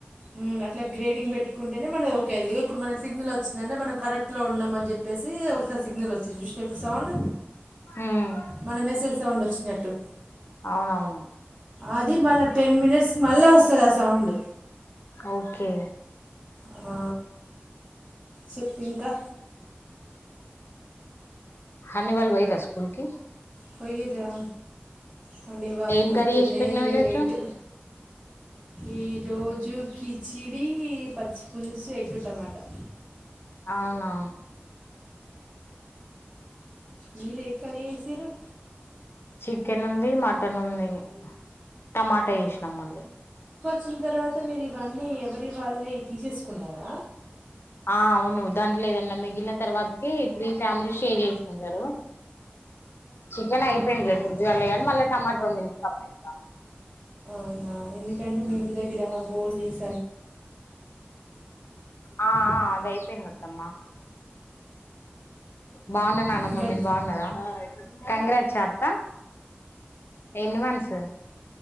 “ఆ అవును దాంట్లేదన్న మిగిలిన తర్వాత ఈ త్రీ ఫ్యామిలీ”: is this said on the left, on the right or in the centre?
Left